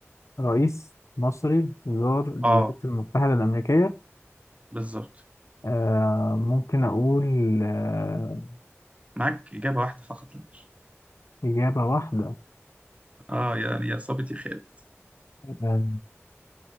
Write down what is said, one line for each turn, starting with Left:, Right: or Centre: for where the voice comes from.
Left: رئيس مصري زار الولايات
Right: آه
Left: المتحدة الأمريكية
Right: بالظبط
Left: آه ممكن أقول آه
Right: معاك إجابة واحدة فقط لا غير
Left: إجابة واحدة
Right: آه يعني يا صابت يا خالد
Left: آه